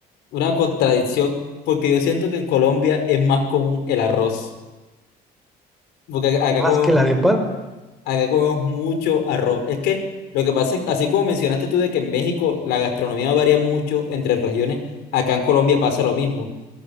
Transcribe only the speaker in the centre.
Más
que la
arepa.